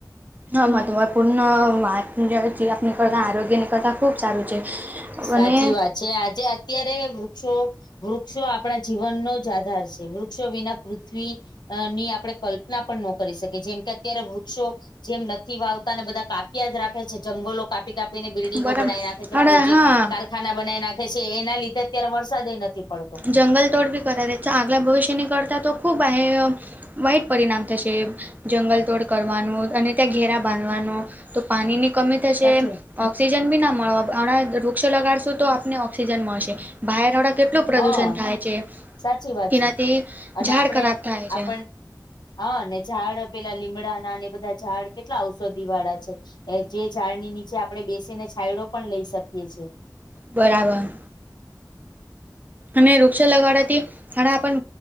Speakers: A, on the right; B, on the left.
A: હ મહત્ત્વપૂર્ણ વાત જે આપણી કરતા આરોગ્યાની કરતા ખૂબ સારું છે
B: સાચી
A: અને
B: વાત છે આજે અત્યારે વૃક્ષો વૃક્ષો આપણા જીવનનો જ આધાર છે વૃક્ષો વિના પૃથ્વી અ ની આપણે કલ્પના પણ ન કરી શકીએ જેમ કે અત્યારે વૃક્ષો જેમ નથી વાવતા ને બધા કાપ્યા જ રાખે છે જંગલો કાપી કાપી આપને બિલ્ડિંગો
A: બરાબર
B: બનાવી નાખે છે
A: અરે
B: પ્રોજેક્ટ
A: હા
B: કારખાના બનાવી નાખે છે એના લીધે અત્યારે વરસાદ નથી પડતો
A: જંગલ તોડ બી કર દે છે આગલા ભવિષ્યની કરતા તો ખૂબ હ વાઈટ પરિણામ થશે જંગલ તોડ કરવાનું અને ત્યાં ઘેરા બાંધવાનું તો પાણીની કમી થશે
B: સાચી
A: ઓઑક્સિજન બી ના મળવા હણાં વૃક્ષ લગાડશું તો આપને ઓઑક્સિજન મળશે બહાર વડા કે એટલું પ્રદુષણ
B: હા
A: થાય છે
B: સાચી વાત
A: એનાથી
B: છે અને
A: ઝાડ
B: આપણે
A: ખરાબ થાય છે
B: આપણ હા ને ઝાડ પેલા લીમડા ના એ બધા ઝાડ કેટલા ઔષધિ વાળા છે જે ઝાડની નીચે આપણે બેસીને છાયડો પણ લઈ શકીએ છીએ
A: બરાબર અને વૃક્ષ લગાડવાથી ઘણા આપણ